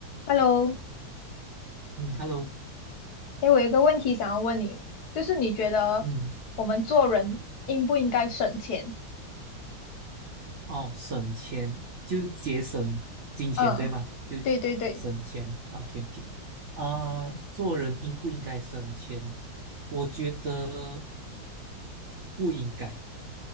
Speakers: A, on the left; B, on the right.
A: Hello，
B: 嗯，Hello，
A: 哎，我有一个问题想要问你，就是你觉得我们做人应不应该省钱？
B: 嗯，哦，省钱就节省金钱，
A: 嗯，
B: 对吗？就
A: 对对对，
B: 省钱，OK OK，啊、做人应不应该省钱？我觉得不应该，